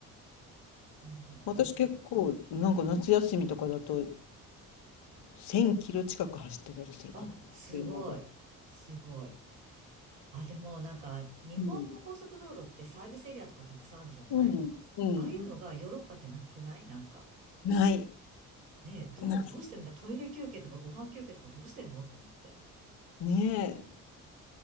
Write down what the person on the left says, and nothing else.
私結構、なんか夏休みとかだと、1000キロ近く走ってたりするかも。
みんなで。
うん。うん。うん。
ない。
な
い。ねえ。